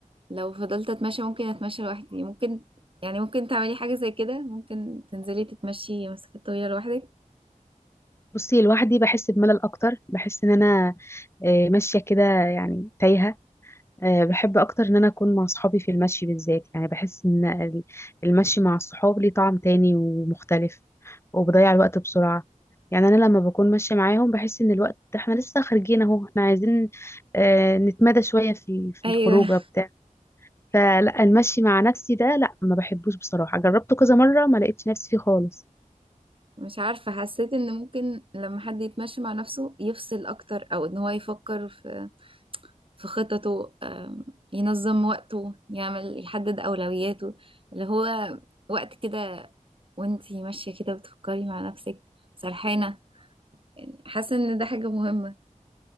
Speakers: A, on the right; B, on the left.
A: لو فضلت اتمشى ممكن اتمشى لوحدي ممكن يعني ممكن تعملي حاجة زي كده ممكن تنزلي تتمشي مسافات طويلة لوحدك
B: بصي لوحدي بحس بملل اكتر بحس ان انا آه، ماشيه كده يعني تايهه آه، بحب اكتر ان انا اكون مع صحابي في المشي بالذات يعني بحس ان ال- المشي مع الصحاب ليه طعم تاني ومختلف وبضيع الوقت بسرعه يعني انا لما بكون ماشيه معاهم بحس ان الوقت احنا لسه خارجين اهو احنا عايزين آه، نتمدى شويه في في
A: ايوه
B: الخروجه بتاع فلا المشي مع نفسي ده لا ما بحبوش بصراحه جربته كذا مره ما لقيتش نفسي فيه خالص
A: مش عارفة حسيت ان ممكن لما حد يتمشي مع نفسه يفصل اكتر او ان هو يفكر في في خططه آم، ينظم وقته يعمل يحدد اولوياته اللي هو وقت كده وانتي ماشية كده بتفكري مع نفسك سرحانة حاسة ان ده حاجة مهمة